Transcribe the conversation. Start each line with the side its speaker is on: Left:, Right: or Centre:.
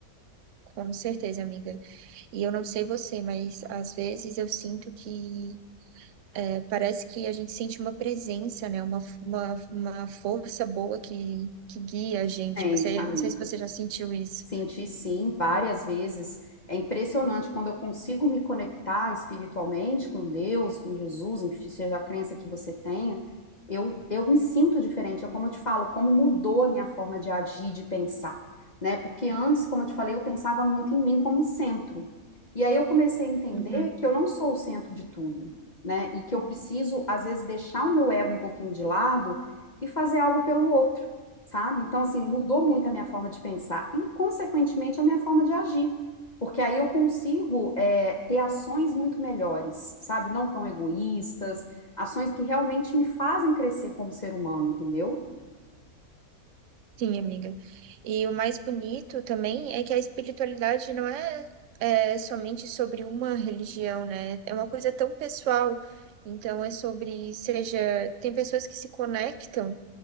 Right: com certeza, amiga. E eu não sei você, mas às vezes eu sinto que é, parece que a gente sente uma presença, né? Uma, uma, uma força boa que, que guia a gente.
Left: Gente,
Right: Você,
Left: amiga.
Right: não sei se você já sentiu isso.
Left: Senti sim, várias vezes. É impressionante quando eu consigo me conectar espiritualmente com Deus, com Jesus, enfim, seja a crença que você tenha, eu, eu me sinto diferente. É como eu te falo, como mudou a minha forma de agir, de pensar, né? Porque antes, como eu te falei, eu pensava muito em mim como centro. E aí eu comecei a entender
Right: Uhum.
Left: que eu não sou o centro de tudo, né? E que eu preciso, às vezes, deixar o meu ego um pouquinho de lado e fazer algo pelo outro sabe? Então, assim, mudou muito a minha forma de pensar e, consequentemente, a minha forma de agir. Porque aí eu consigo é, ter ações muito melhores, sabe? Não tão egoístas, ações que realmente me fazem crescer como ser humano, entendeu?
Right: Sim, amiga. E o mais bonito também é que a espiritualidade não é, é somente sobre uma religião, né? É uma coisa tão pessoal. Então, é sobre, seja, tem pessoas que se conectam